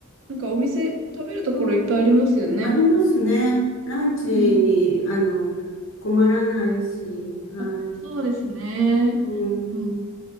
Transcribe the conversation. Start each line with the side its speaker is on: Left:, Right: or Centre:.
Right: なんかお店食べるところいっぱいありますよね。
Left: あー、ありますね。ランチに、
Right: うんうん。
Left: あの、困らないし。はい。
Right: あ、そうですね。
Left: うん、うん
Right: うん